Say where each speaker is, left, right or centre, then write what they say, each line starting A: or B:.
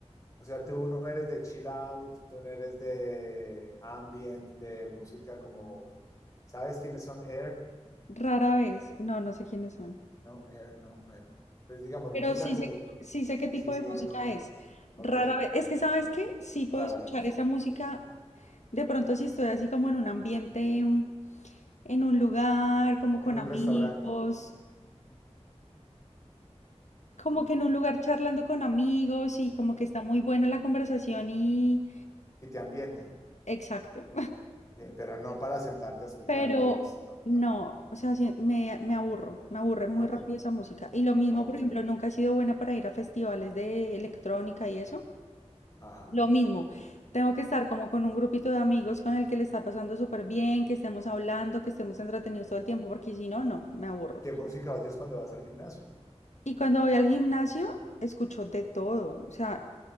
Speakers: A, on the left; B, on the left.
A: O sea, tú no eres de chill out, tú no eres de ambient, de música como, ¿sabes quiénes son Air?
B: Rara vez, no, no sé quiénes son.
A: No, Air, no, bueno. Pues digamos,
B: Pero
A: música
B: sí
A: como
B: sé, que- sí sé qué tipo
A: chill,
B: de música es.
A: ok,
B: Rara vez, es que ¿sabes qué? Sí puedo
A: rara
B: escuchar
A: vez,
B: esa música. De pronto si estoy así como en un ambiente, mm, en un lugar, como con
A: en un
B: amigos,
A: restaurante
B: como que en un lugar charlando con amigos y como
A: claro,
B: que está muy buena la conversación y...
A: y te ambienta,
B: Exacto.
A: eh, pero no para sentarte a escucharla.
B: Pero
A: pues, No,
B: no,
A: tal.
B: o sea, sí, me, me aburro, me aburre muy
A: ok,
B: rápido esa música. Y lo mismo,
A: ok,
B: por ejemplo, nunca he sido buena para ir a festivales de electrónica y eso.
A: ajá.
B: Lo mismo, tengo que estar como con un grupito de amigos con el que le está pasando súper bien, que estemos hablando, que estemos entretenidos todo el tiempo, porque si no, no, me aburro.
A: ¿Qué música oyes cuando vas al gimnasio?
B: Y cuando voy al gimnasio, escucho de todo, o sea,